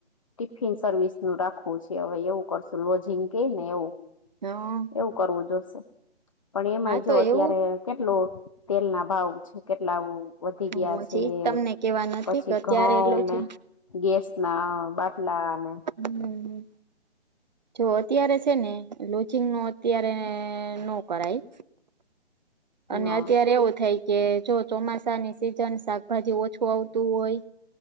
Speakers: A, on the left; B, on the right.
A: ટિફિન સર્વિસનું રાખવું છે હવે એવું કરશું લોઝિંગ કેય ને એવું
B: હં
A: એવુ કરવું જોશે પણ એમાંય જો
B: તો
A: અત્યારે
B: એવું
A: કેટલો તેલના ભાવ છે કેટલા ઉ વધી ગયા
B: હું
A: છે
B: હજી તમને કેવા નથી
A: પછી
B: કે અત્યારે
A: ઘઉં
B: એટલું
A: ને
B: છે
A: ગેસના બાટલા અને
B: હમ્મ જો અત્યારે છે ને લોજિંગનું અત્યારે નો કરાય અને
A: હા
B: અત્યારે એવું થાય કે જો ચોમાસાની સિજન શાકભાજી ઓછું આવતું હોય